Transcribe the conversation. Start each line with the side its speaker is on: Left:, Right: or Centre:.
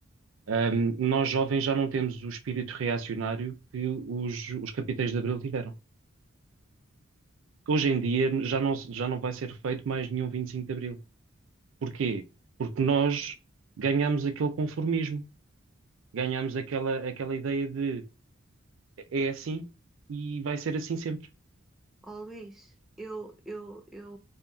Right: ahm, nós, jovens, já não temos o espírito reacionário que os, os capitães de Abril tiveram. Hoje em dia já não, já não vai ser feito mais nenhum 25 de Abril. Porquê? Porque nós ganhamos aquele conformismo, ganhamos aquela, aquela ideia de é assim e vai ser assim sempre.
Centre: oh, Luís, eu, eu, eu